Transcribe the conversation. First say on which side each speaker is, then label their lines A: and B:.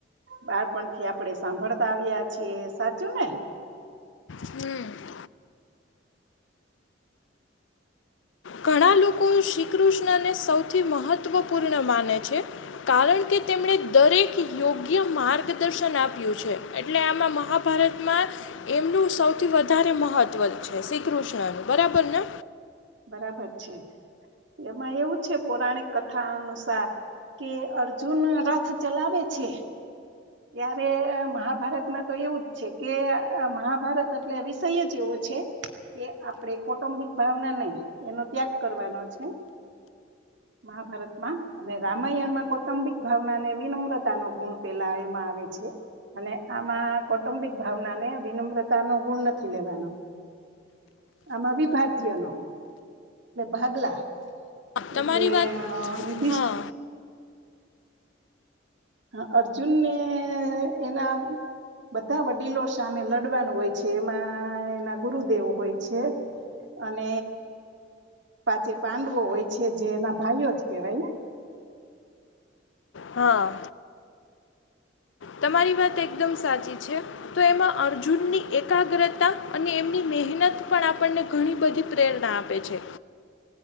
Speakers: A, on the right (about 75°); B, on the left (about 85°).
A: બાળપણ થી આપડે સાંભળતા આવ્યા છીએ. સાચું ને?
B: હમ ઘણા લોકો શ્રીકૃષ્ણને સૌથી મહત્વપૂર્ણ માને છે. કારણ કે તેમણે દરેક યોગ્ય માર્ગદર્શન આપ્યું છે. એટલે આમાં મહાભારતમાં. એમનું સૌથી વધારે મહત્વ છે શ્રી કૃષ્ણ ન બરાબર ને?
A: બરાબર છે. એમાં એવું છે પૌરાણિક કથા અનુસાર કે અર્જુન રથ ચલાવે છે. ત્યારે મહાભારતમાં તો એવું જ છે કે, મહાભારત એટલે વિષય જ એવો છે. કે આપણે કૌટુંબિક ભાવના નહી, એનો ત્યાગ કરવાનો છે. મહાભારતમાં અને રામાયણમાં કૌટુંબિક ભાવના ને વિનમ્રતા ન ગુણ પેલા એમાં આવે છે. અને આમાં કૌટુંબિક ભાવના ને વિનમ્રતા નો ગુણ નથી લેવાનો. આમા બી ભાજ્ય ન, એટલે ભાગલા
B: તમારી
A: એટલે
B: વાત
A: યુધિષ
B: હા
A: હા અર્જુન ને એના બધા વડીલો સામે લડવાનું હોય છે એમાં એના ગુરુદેવ હોય છે. અને પાચે પાંડવો હોય છે જે એના ભાઈઓ જ કેહેવાય ને.
B: હા. તમારી વાત એકદમ સાચી છે. તો એમાં અર્જુનની એકાગ્રતા અને એમની મહેનત પણ આપણને ઘણી બધી પ્રેરણા આપે છે.
A: <unintelligible>